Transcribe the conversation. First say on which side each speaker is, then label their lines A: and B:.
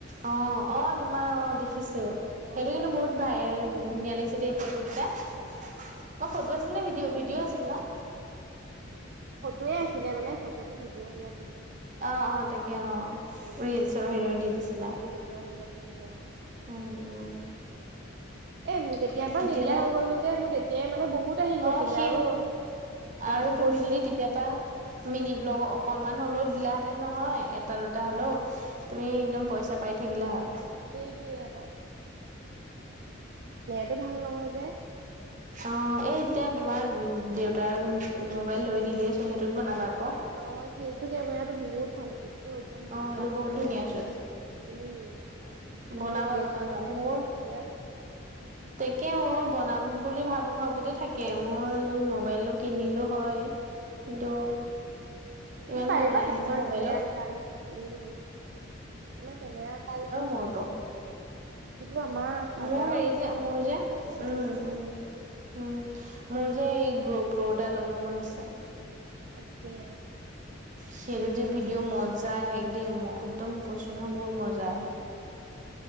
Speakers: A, on the right (about 40°); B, on the right (about 55°).
A: অ অ তোমাৰ অ দেখিছো সেইটো
B: অ লাইকটো
A: কিন্তু বহুত
B: বেছি
A: ভাই
B: অহা নাই
A: ধুনীয়া লাগিছে দেই ফটোকেইটা অ ফটো আছিল নে ভিডিঅ' ভিডিঅ' আছিল ন
B: ফটোৱে আছিলে মানে ফটোটো ভিডিঅ' হেৰিয়ত দিলে
A: অ অ তাকে অ
B: উম
A: ৰিলচৰ হেৰিত দি দিছিলা
B: ৰিলচৰ হেৰিয়াত দিছিলে অ
A: উম উম
B: এ তেতিয়া পৰা
A: কেতিয়াবা
B: নিদিয়া হৈ গলো গে মোৰ তেতিয়াই মানে বহুত আহি
A: অ
B: গৈছিলে
A: সেই
B: আৰু দাচবৰ্ড
A: আৰু তুমি যদি তেতিয়াপা মিনি ব্লগ
B: অ
A: অকনমান
B: অ
A: হ'লো দিলাহেঁতেন নহয়, এটা-দুটা হ'লও তুমি একদম পইচা পাই থাকিলা হয়।
B: সেইটোয়ে আকৌ এইটো ভাল নহয় যে।
A: অ' এই-এতিয়া তোমাৰ দেউতাই মোবাইল লৈ দিলেই চোন সেইটোত বনাবা আক'।
B: অ' সেইটো কেমেৰাটো বহুত ভাল, সেইটোতো একদম
A: অ
B: পোৰা
A: এইটো বহুত
B: ভাল
A: ধুনীয়াচোন
B: আহিব। উম মানে
A: বনাবা
B: ৰিয়েল
A: বনাবা
B: কেমেৰা
A: মোৰ
B: কি ধুনীয়া।
A: তাকে, অ' বনাম বুলি ভাব মোৰ ভাবোতে থাকে, মোৰ মোবাইলো কিনিলো হয়। কিন্তু,
B: তুমি
A: ইমান
B: পাৰিবা
A: ভাল নাহে
B: তো তোমাৰ
A: যে মোবাইলত।
B: কেমেৰা ভাল, উম! তোমাৰ কেমেৰা ভাল।
A: মোৰটো
B: কিন্তু আমাৰ ফাদাৰৰ
A: মোৰ হেৰি যে! মোৰ যে,
B: ভাল কেমেৰা
A: উম' উম'। উম, মোৰ যে এই গ প্ৰ এটা ল'ব মন আছে।
B: তাকে!
A: সেইটোত যে ভিডিঅ' মজা আহে দেই, একদম
B: উম
A: কৈছোঁ
B: নকবা
A: নহয় বহুত মজা আহে।